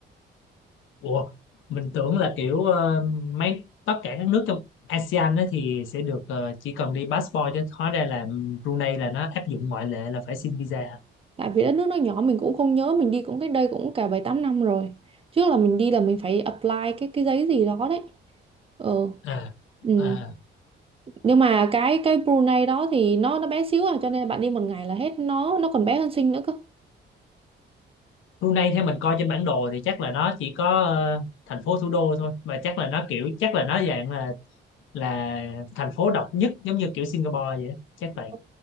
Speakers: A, on the left; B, on the right.
A: ủa, mình tưởng là kiểu ờ, mấy tất cả các nước trong ASEAN á thì sẽ được ờ, chỉ cần đi passport chứ hóa ra là Brunei là nó áp dụng ngoại lệ là phải xin visa hả?
B: tại vì đất nước nó nhỏ mình cũng không nhớ mình đi cũng cách đây cũng cả bảy tám năm rồi trước là mình đi là mình phải apply cái cái giấy gì đó đấy ừ.
A: à,
B: ừ
A: à
B: nhưng mà cái cái Brunei đó thì nó nó bé xíu à cho nên bạn đi một ngày là hết nó nó còn bé hơn Sing nữa cơ
A: Brunei theo mình coi trên bản đồ thì chắc là nó chỉ có ờ, thành phố thủ đô thôi mà chắc là nó kiểu chắc là nó dạng là là thành phố độc nhất giống như kiểu Singapore vậy á. chắc vậy
B: Ừ.